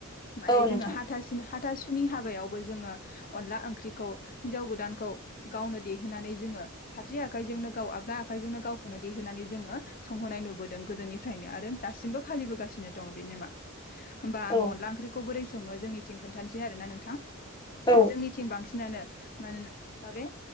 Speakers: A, on the left (about 40°); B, on the left (about 20°).
A: माने
B: औ नोंथां
A: जोङो हाथासिन हा थासुनि हाबायावबो जोङो अनला ओंख्रिखौ हिनजाव गोदान खौ गावनो देहोनानै जोङो फारसे आखाइजोंनो गाव आगदा आखाइजोंनो गावखौनो देहोनानै जोङो संहैनाय नुबोदों गोदोनिफ्रायनो आरो दासिमबो फालिबोगासिनो दं बे नेमा। होमबा आं
B: औ
A: अनला ओंख्रिखौ बोरै सङो जोंनिथिं खोनन्थानोसै आरोना नोंथां।
B: औ
A: जोंनिथिं बांसिनानो मानो माबे